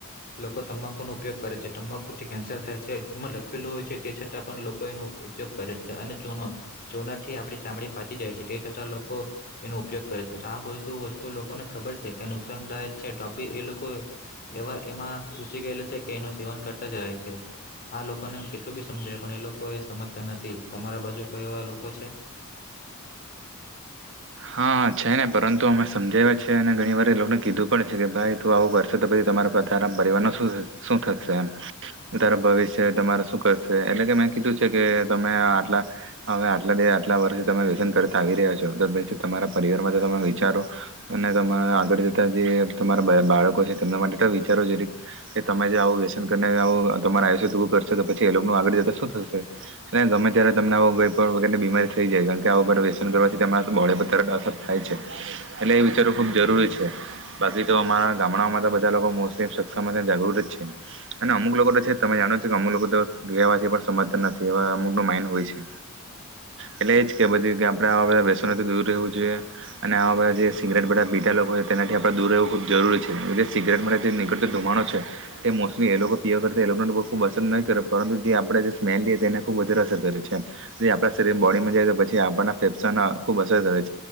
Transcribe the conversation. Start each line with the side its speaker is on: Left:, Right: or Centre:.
Left: લોકો તમાકુ ન ઉપયોગ કરે છે. તમ્બાકુ થી કેન્સર થાય છે એમાં લખેલું હોય છે. તે છતાં પણ લોકો એનો ઉપયોગ કરે છે અને ચૂનો ચૂના થી આપડી ચામડી ફાટી જાય છે તે છતાં લોકો એનો ઉપયોગ કરે છે તો આ બધુ વસ્તુ લોકોને ખબર છે કે નુકસાનદાયક છે તો બી એ લોકો એવા એમાં ઘુસી ગયેલા છે. કે એનું સેવન કરતા જ રહે છે આ લોકોને કેટલું બી સમજાય પણ એ લોકો એ સમજતા નથી તમારા બાજુ કોઈ એવા લોકો છે.
Right: હા છે ને પરંતુ અમે સમજાવ્યા છે અને ઘણી વાર એ લોકોને કીધું પડે છે કે ભાઈ તું આવું કરશે તો પછી તમારા પરિવાર ન શું થશે. છે એમ. ને તારો ભવિષ્ય તમારા શું કરશે એટલે કે મે કીધું છે કે તમે આટલા હવે આટલા દે આટલા વરહે તમે વ્યસન કરતા આવી રહ્યા છો તો પ તમારા પરિવાર માટે તમે વિચારો અને તમારા આગળ જતા જે તમારા બ બાળકો છે તેમના માટે તો વિચારો જીરીક કે તમે જે આવું વ્યસન કરીને આવું તમારે આયુષ્ય પુરુ કરશે તો પછી એ લોકોનું આગળ જતા શું થશે અને ગમે ત્યારે તમને આવું ગઈ પણ વગરની બીમારી થઈ જાય કારણ કે આવ બધા વ્યસન કરવાથી તમારા બોડી તરત અસર થાય છે. એટલે એ વિચારવું ખુબ જરૂરી છે. બાકી તો અમારા ગામડાઓમા તો બધા લોકો મોસલી વ્યસન માટે જાગૃત જ છે અને અમુક લોકો તો છે તમે જાણો છો કે અમુક લોકો બીવડાવાથી પણ સમજતા નથી. એ અમુકને માઇન્ડ હોય છે એટલે એજ કે બધી રીતે આપણે આવા બધા વ્યસનનો થી દૂર રહેવું જોઈએ. અને આવા બધા જે સિગરેટ બધા પીતા લોકો હોય તેનાથી આપણે દૂર રહેવું ખૂબ જરૂરી છે. જે સિગરેટ મેથી નીકળતો ધુમાણો છે તે મોસ્ટલી એ લોકો પીવા કરતા એ લોકોને ખૂબ અસર નહી કરે પરંતુ જે આપણે જે સ્મેલ લઈએ તેને ખૂબ વધારે અસર કરે છે જે આપણા શરીર બોડીમાં જાય તો પછી આપણના ફેફસાના ખૂબ અસર કરે છે. કારણ